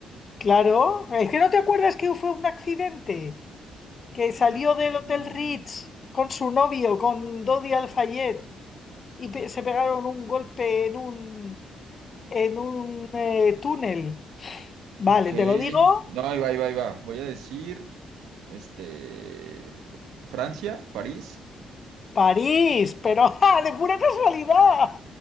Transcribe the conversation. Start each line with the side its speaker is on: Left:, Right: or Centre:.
Left: Claro, es que no te acuerdas que fue un accidente, que salió
Right: Mm,
Left: del Hotel Ritz con su novio, con Dodi Al-Fayed, y pe- se pegaron un golpe en un, en un eh, túnel. Vale,
Right: Ok.
Left: te lo digo,
Right: No, ahí va, ahí va, ahí va. Voy a decir, este, Francia, París.
Left: París, pero <laughs> ¡ja! de pura casualidad.